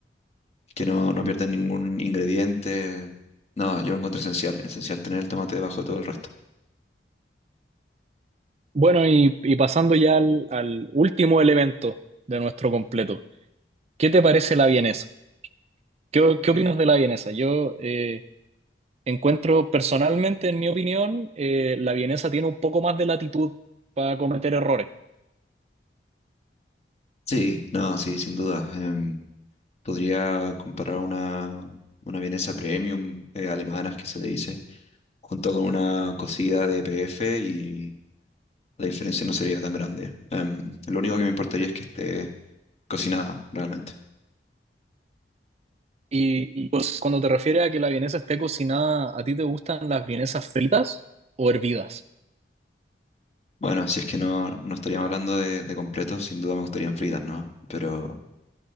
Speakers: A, on the left; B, on the right.
A: que no, no pierden ningún ingrediente. No, yo lo encuentro esencial, esencial tener el tomate debajo de todo el resto.
B: Bueno, y, y pasando ya al, al último elemento de nuestro completo, ¿qué te parece la vienesa? ¿Qué, qué opinas de la vienesa? Yo, eh, Encuentro personalmente, en mi opinión, eh, la vienesa tiene un poco más de latitud para cometer errores.
A: Sí, no, sí, sin duda. Em, podría comparar una, una vienesa premium eh, alemanas que se le dice, junto con una cocida de PF y la diferencia no sería tan grande. Em, lo único que me importaría es que esté cocinada realmente.
B: Y, y, pues cuando te refieres a que la vienesa esté cocinada, ¿a ti te gustan las vienesas fritas o hervidas?
A: Bueno, si es que no, no estaríamos hablando de, de completos, sin duda me gustarían fritas, ¿no? Pero